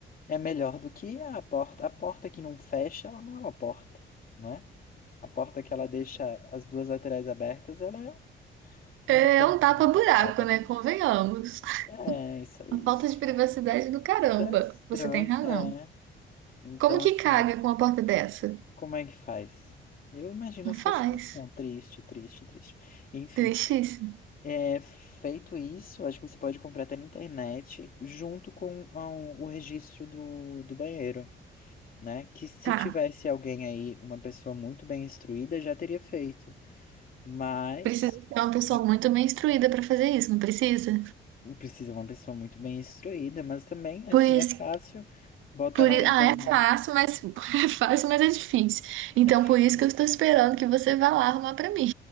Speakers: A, on the left; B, on the right.
A: É melhor do que a porta. A porta que não fecha, ela não é uma porta, né? A porta que ela deixa as duas laterais abertas, ela é
B: É
A: uma tampa
B: é um tapa-buraco,
A: mal fechada,
B: né?
A: né?
B: Convenhamos.
A: É, isso, isso
B: Uma Falta de
A: já,
B: privacidade do caramba.
A: já é estranho.
B: Você tem razão.
A: É. Então,
B: Como
A: assim,
B: que caga com uma porta dessa?
A: como é que faz? Eu imagino
B: Não
A: a sua
B: faz.
A: situação. Triste, triste, triste. Enfim,
B: Tristíssimo.
A: é, feito isso, acho que você pode comprar até na internet, junto com ah, o registro do, do banheiro. né? Que se
B: Tá.
A: tivesse alguém aí, uma pessoa muito bem instruída, já teria feito. Mas
B: Precisa ser uma pessoa
A: é-
B: muito bem instruída pra fazer isso, não precisa?
A: precisa uma pessoa muito bem instruída, mas também, assim,
B: Por isso,
A: é fácil. Bota
B: por
A: lá
B: isso,
A: na internet.
B: ah, é fácil,
A: <laughs>
B: mas <laughs> é fácil, mas é difícil. Então,
A: É facilmente
B: por isso que eu estou esperando
A: isso.
B: que você vá lá arrumar pra mim.